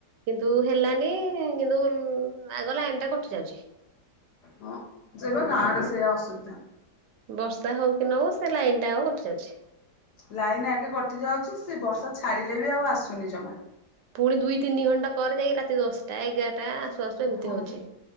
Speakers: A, on the right; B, on the left.
A: କିନ୍ତୁ ହେଲାନି କିନ୍ତୁ ଆଗ ଲାଇନ ଟା କଟି ଯାଉଛି।
B: ହଁ ଯିବା ଗାଁରେ ସେଇୟା ଅସୁବିଧା
A: ବର୍ଷା ହଉ କି ନ ହଉ ସେ ଲାଇନ୍ ଟା ଆଉ ଉଠଟି ଯାଉଛି
B: ଲାଇନ୍ ଆଗେ କଟିଯାଉଛି ସେ ବର୍ଷା ଛାଡ଼ିଲେ ବି ଆଉ ଆସୁନି ଜମା
A: ପୁଣି ଦୁଇ ତିନି ଘଣ୍ଟା ପରେ ଯାଇକି ରାତି ଦଶଟା ଏଗାରଟା ଆସୁ ଆସୁ ଏମିତି
B: ହଁ
A: ହଉଛି।